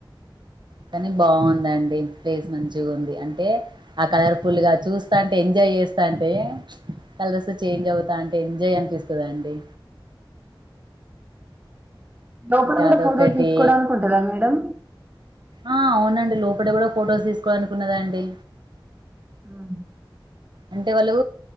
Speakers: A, on the right; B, on the right.
A: కానీ బావుందండి ప్లేస్ మంచిగా ఉంది అంటే ఆ కలర్ ఫుల్ గా చూస్తాంటే ఎంజాయ్ చేస్తా అంటే కలర్స్ చేంజ్ అవుతా ఉంటే ఎంజాయ్ అనిపిస్తదండి
B: లోపల
A: ఇంకా
B: కూడా
A: అదొకటి
B: ఫోటోస్ తీసుకోవడానికి వుంటదా మేడం
A: ఆ అవునండి లోపడ కూడా ఫొటోస్ తీసుకోవడానికి ఉండదండి
B: ఆ
A: అంటే వాళ్ళు